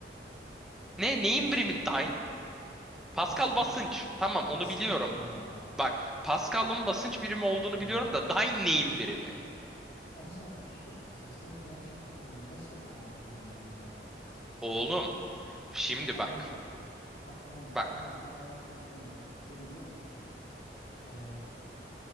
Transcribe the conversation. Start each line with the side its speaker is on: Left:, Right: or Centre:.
Centre: Ne? Neyin
Left: Pascal,
Centre: birimi dyne? Pascal
Left: Pascal
Centre: basınç. Tamam onu
Left: basınç
Centre: biliyorum.
Left: birimi abi.
Centre: Bak Pascal'ın basınç birimi olduğunu
Left: Hani
Centre: biliyorum da dyne neyin birimi?
Left: abi sen eşek misin? Sen gerçekten nasıl aldın bunu ya?
Centre: Oğlum şimdi
Left: Abi
Centre: bak.
Left: bak tamam.
Centre: Bak.
Left: Abi Dyne tamam mı? Ne biliyor musun? Ee,